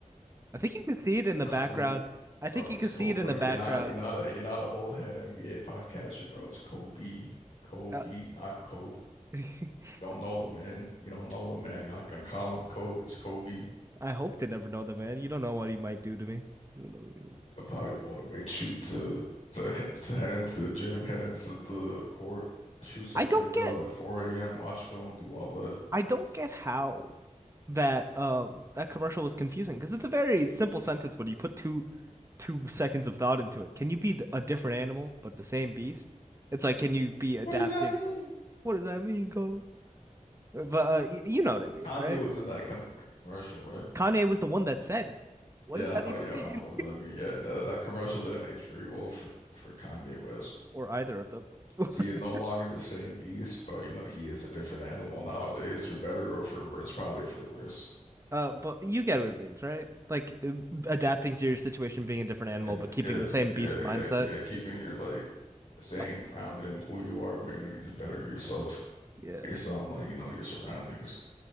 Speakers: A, on the right; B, on the left.
A: I think you can see it in the
B: Kobe,
A: background. I
B: bro,
A: think you
B: it's
A: can
B: Kobe,
A: see it
B: bro.
A: in the
B: You're
A: background.
B: not, you're not a, you're not an old head NBA podcaster, bro. It's Kobe, Kobe,
A: Uh,
B: not Kobe.
A: <laughs>
B: You don't know the man. You don't know the man. You're not gonna call him Kobe. It's Kobe.
A: I hope they never know the man. You don't know what he might do to me. You don't know. What he might-
B: It'll probably motivate you to to to head into the gym, head into the court, shoot some
A: I don't
B: free throws
A: get.
B: at 4 a.m., watch film, do all that.
A: I don't get how. that um that commercial was confusing because it's a very simple sentence, but you put two two seconds of thought into it. Can you be th- a different animal but the same beast? It's like, can you be adapting?
B: What does that mean?
A: What does that mean, Cole? Uh, But uh, y you know what it means,
B: Kanye
A: right?
B: was in that com commercial, right?
A: Kanye was the one that said, "What
B: Yeah,
A: does that
B: I know.
A: even
B: Yeah,
A: mean?"
B: I know. What does that mean? Yeah, that, that commercial didn't age very well for for Kanye West.
A: <laughs> Or either of them. <laughs>
B: He is no longer the same beast, but you know he is a different animal nowadays, for better or for worse. Probably for worse.
A: Uh, but you get what it means, right? Like uh, adapting to your situation, being a different animal,
B: Yeah,
A: but keeping
B: yeah,
A: the same beast
B: yeah,
A: mindset.
B: yeah. ke- yeah, Keeping your like staying
A: My-
B: grounded in who you are, but you know you just better yourself.
A: Yeah,
B: based on like you know your surroundings.